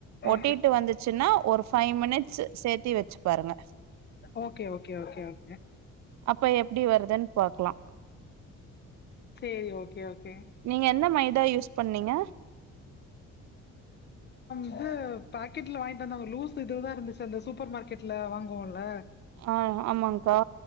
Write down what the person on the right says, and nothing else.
ஒட்டிட்டு
வந்துச்சுன்னா ஒரு ஃபைவ் மினிட்ஸ் சேத்தி வெச்சு பாருங்க
அப்ப எப்படி வருதுன்னு பாக்கலாம்
நீங்க என் எந்த மைதா யூஸ் பண்ணீங்க
ஆஹ் ஆமாக்கா